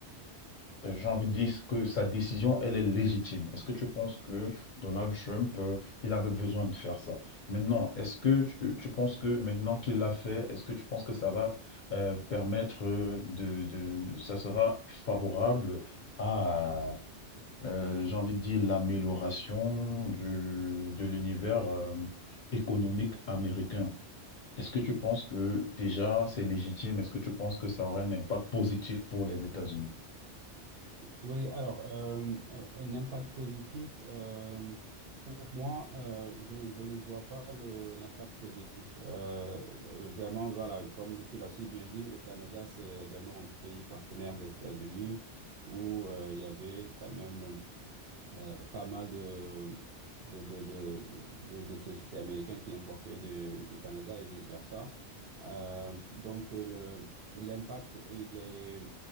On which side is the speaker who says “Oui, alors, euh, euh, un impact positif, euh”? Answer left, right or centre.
Right